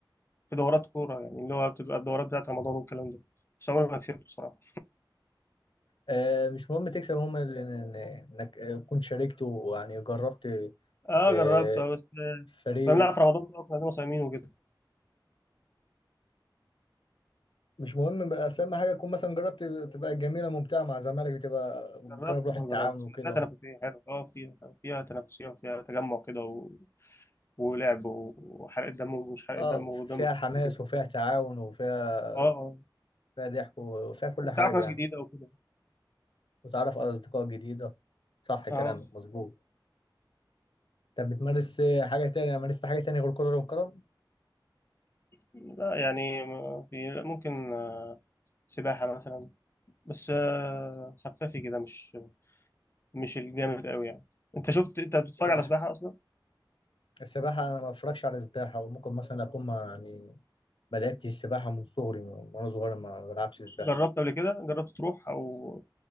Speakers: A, on the left; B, on the left.
A: في دورات كورة يعني اللي هو بتبقى الدورات بتاعت رمضان والكلام ده بس عمري ما كسبته بصراحة
B: آه، مش مهم تكسب المهم ال- إن- انك آه، كنت شاركت ويعني جربت
A: اه
B: آه،
A: جربت اه بس
B: فريق
A: كنا بنلعب في رمضان بقى كنا صايمين وكده
B: مش مهم بقى بس اهم حاجه تكون مثلا جربت تبقى جميله ممتعه مع زمالك بتبقى جرب
A: جربت
B: روح
A: اه
B: التعاون
A: جربت
B: وكده
A: فيها تنافسية حلو اه فيها فيها تنافسية وفيها تجمع كده و... ولعب و- وحرق الدم ومش حرق
B: اه
A: الدم ودم
B: فيها
A: خفيف
B: حماس
A: وكده
B: وفيها تعاون وفيها
A: اه اه
B: فيها ضحك وفيها كل
A: وبتعرف
B: حاجه
A: ناس
B: يعني
A: جديدة وكده
B: وتعرف على اصدقاء جديده صح كلامك
A: اه
B: مظبوط طب بتمارس آه، حاجه تانية مارست حاجه تانية غير كره القدم
A: لا يعني ما في لا ممكن آه، سباحة مثلا بس آه، خفافي كده مش مش الجامد قوي يعني انت شفت انت بتتفرج
B: السباحه
A: على سباحة اصلا
B: السباحه انا ما بفرجش على السباحه وممكن مثلا اكون مع- يعني بدأت السباحة من صغري وأنا صغير ما ما بلعبش سباحة
A: جربت قبل كده جربت تروح او